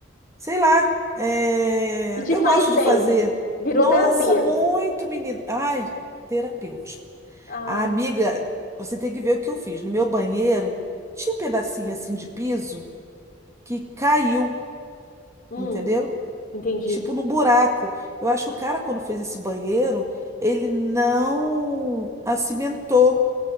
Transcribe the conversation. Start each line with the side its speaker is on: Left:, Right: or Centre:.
Right: sei lá, é,
Left: E te
Right: eu gosto
Left: faz
Right: de
Left: bem.
Right: fazer.
Left: Virou
Right: Nossa,
Left: terapia.
Right: muito menina. Ai, terapêutico.
Left: Ah,
Right: A amiga, você tem que ver o que eu fiz. No meu banheiro, tinha um pedacinho assim de piso que caiu,
Left: hum,
Right: entendeu?
Left: entendi.
Right: tipo, no buraco. Eu acho que o cara, quando fez esse banheiro, ele não acimentou,